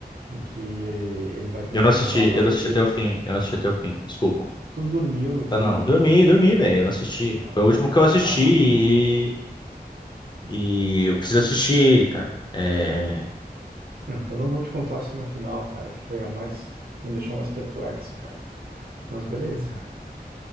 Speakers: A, on the right; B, on the left.
A: em que ele, ele vai tentar
B: Eu não assisti,
A: salvar a baleia?
B: eu não assisti até o fim. Eu não assisti até o fim. Desculpa.
A: Tu dormiu no filme,
B: Tá, não.
A: velho.
B: Dormi, dormi, velho. Eu não assisti.
A: Ai,
B: Foi o último que eu assisti
A: cara.
B: e, e eu preciso assistir ele, cara. É.
A: Hum, então Eu não vou te contar a cena final, cara, que foi a mais, que me deixou mais perplexo, cara. Mas beleza.